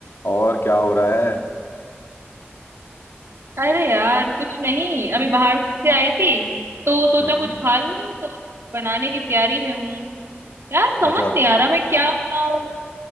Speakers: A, on the left; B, on the right.
A: और क्या हो रहा है
B: अरे यार कुछ नहीं अभी बाहर से आई थी तो सोचा
A: हम्म
B: कुछ खा लूं तो अभी बनाने की तैयारी में हूँ यार समझ
A: अच्छा
B: नहीं आ रहा मैं क्या बनाऊं